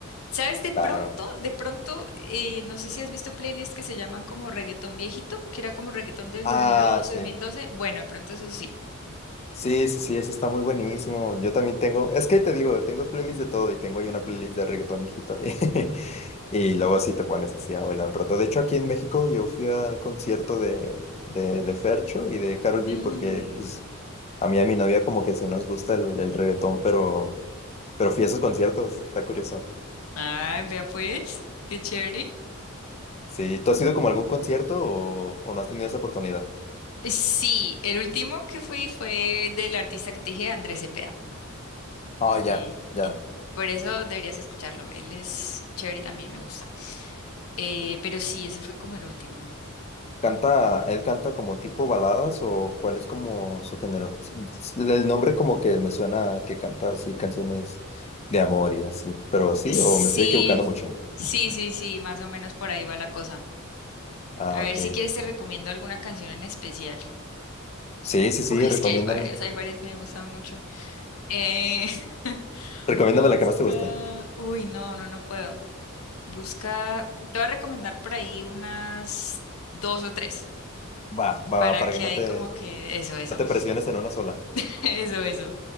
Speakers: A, on the left (about 85°); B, on the left (about 30°).
A: ¿Sabes? De pronto,
B: Claro.
A: de pronto, eh, no sé si has visto playlists que se llaman como reggaetón viejito, que era como reggaetón del
B: Ah,
A: dos dos mil once,
B: sí.
A: dos mil doce. Bueno, de pronto eso sí.
B: Sí, sí, sí, eso está muy buenísimo. Yo también tengo, es que te digo, tengo playlist de todo y tengo ahí una playlist de reggaetón, viejito. <laughs> Y luego sí te pones así a bailar un rato. De hecho, aquí en México yo fui al concierto de, de, de Fercho y de Karol G
A: Mm,
B: porque pues, a mí y a mi novia como que sí nos gusta el, el reggaetón, pero, pero fui a esos conciertos, está curioso.
A: Ay, vea pues, qué chévere.
B: Sí, ¿tú has ido como a algún concierto o, o no has tenido esa oportunidad?
A: Sí, el último que fui fue del artista que te dije, Andrés Cepeda.
B: Ah, ya,
A: que
B: ya.
A: en- por eso deberías escucharlo. Él es chévere también, me gusta. Eh, pero sí, ese fue como el último.
B: ¿Canta, él canta como tipo baladas o cuál es como su género? El nombre como que me suena a que canta así canciones de amor y así, pero sí,
A: Eh, Sí,
B: o me estoy equivocando mucho.
A: sí, sí, sí, más o menos por ahí va la cosa.
B: Ah,
A: A
B: ok.
A: ver si quieres te recomiendo alguna canción en especial.
B: Sí, sí, sí,
A: Uy, es
B: recomiéndame.
A: que hay varias, hay varias que me gustan mucho. Eh, <laughs>
B: Recomiéndame
A: busca.
B: la que más te guste.
A: Uy, no, no, no puedo. Busca. Te voy a recomendar por ahí unas dos o tres.
B: Va, va,
A: para
B: va, para
A: que
B: que no
A: ahí
B: te,
A: como que eso, eso,
B: no te presiones en una sola.
A: <laughs> eso, eso.